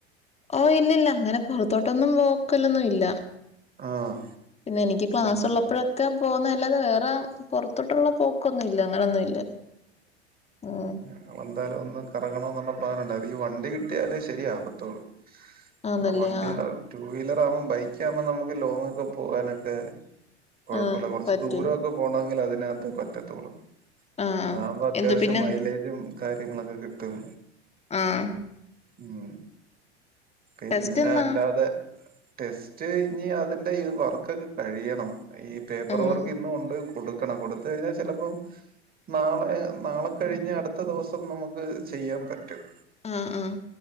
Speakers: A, on the left; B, on the right.
A: ഓ ഇല്ലില്ല അങ്ങനെ പൊറത്തോട്ടൊന്നും പോക്കലൊന്നും ഇല്ല.
B: ആഹ്.
A: പിന്നെ എനിക്ക് ക്ലാസ്സ്
B: ഉം.
A: ഉള്ളപ്പോഴൊക്കെ പോകുന്ന അല്ലാതെ വേറെ പൊറത്തോട്ടുള്ള പോ ക്കൊന്നുംല്ല അങ്ങനൊന്നുല്ല ഉം.
B: ഞങ്ങള് എന്താലും ഒന്ന് കറങ്ങണന്നുള്ള പ്ലാൻ ഉണ്ട് അത് ഈ വണ്ടി കിട്ടിയാലേ ശരിയാവത്തൊള്ളു.
A: ആന്നല്ലേ
B: കാരണം വണ്ടി
A: ആഹ്
B: ടു വീലർ ആവുമ്പം ബൈക്കാവുമ്പോം നമുക്ക് ലോങ്ങാക്കെ പോകാനൊക്കെ. കൊഴപ്പുല്ല
A: ആഹ്
B: കൊറച്ച്
A: പറ്റും
B: ദൂരമൊക്കെ പോണങ്കി അതിനകത്തേ പറ്റത്തുള്ളൂ.
A: ആഹ്
B: അ ആവുമ്പൊ അത്യാവശ്യം
A: എന്ത് പിന്നെ
B: മൈലേജും കാര്യങ്ങളൊക്കെ കിട്ടും.
A: ആഹ്.
B: ഉം പിന്നെ
A: ടെസ്റ്റ് എന്നാ
B: അല്ലാതെ. ടെസ്റ്റ് കഴിഞ് അതിന്റെ ഈ വർക്കൊക്കെ കഴിയണം ഈ പേപ്പർ
A: ആഹ്
B: വർക്ക് ഇന്നുണ്ട് കൊടുക്കണം കൊടുത്ത് കഴിഞ്ഞ ചിലപ്പോ നാളെ നാളെ കഴിഞ്ഞ അടുത്ത ദിവസം നമ്മക്ക് ചെയ്യാൻ പറ്റും
A: ആഹ് ആഹ്